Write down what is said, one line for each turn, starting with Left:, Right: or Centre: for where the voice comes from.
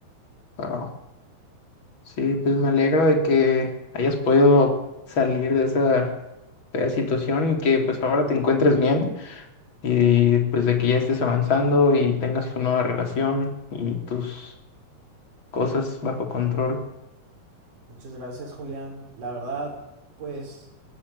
Left: Wao. Sí, pues me alegro de que hayas podido salir de esa fea situación y que pues ahora te encuentres bien y pues de que ya estés avanzando y tengas tu nueva relación y tus cosas bajo control.
Right: Muchas gracias, Julián. La verdad, pues